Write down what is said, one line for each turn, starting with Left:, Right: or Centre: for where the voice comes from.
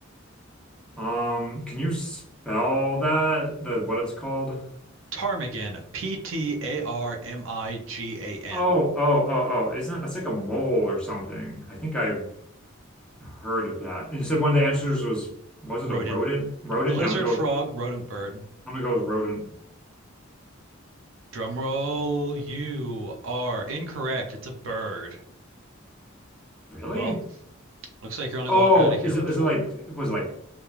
Centre: Um, can you spell that? The what it's called?
Right: Ptarmigan, P-T-A-R-M-I-G-A-N,
Centre: Oh, oh, oh, oh. It's not, that's like a mole or something. I think I heard of that. And you said one of the answers was was
Right: rodent,
Centre: it a rodent? Rodent?
Right: lizard
Centre: Yeah, I'm gonna
Right: frog,
Centre: go
Right: rodent bird.
Centre: I'm gonna go with rodent.
Right: Drumroll, you are incorrect. It's a bird.
Centre: Really?
Right: Well, looks like you're only
Centre: Oh,
Right: walking out of
Centre: is
Right: here with
Centre: it is
Right: four.
Centre: it like was it like